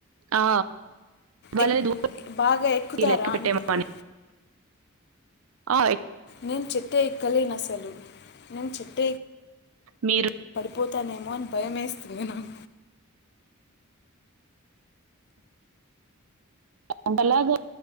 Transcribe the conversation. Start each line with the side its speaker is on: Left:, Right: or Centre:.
Right: ఆ వాళ
Left: ఎక్
Right: దూ
Left: బాగా ఎక్కుతారా
Right: లెక్క పెట్టేమని
Left: అంటున్నా
Right: ఆ
Left: నేను చె చితే ఇక్కలే న చ న చెట్ట
Right: మీరు
Left: పోతానేమో అని భయం వేస్తుంది నాకు
Right: ంటలా